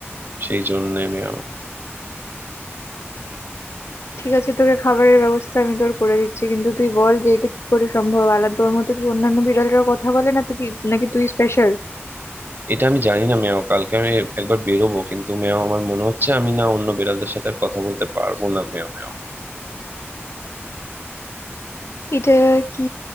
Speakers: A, on the right (about 50°); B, on the left (about 70°).
A: সেই জন্যে মেও
B: ঠিক আছে তোকে খাবারের ব্যবস্থা আমি তোর করে দিচ্ছি কিন্তু তুই বল যে এটা কি করে সম্ভব আলাদা তোর মতো কি অন্যান্য বিড়ালরা কথা বলে না তো কি নাকি তুই স্পেশাল
A: এটা আমি জানি না মেও কালকে আমি একবার বেরোবো কিন্তু মেও আমার মনে হচ্ছে আমি না অন্য বিড়ালদের সাথে আর কথা বলতে পারবো না মেও মেও
B: এটা কি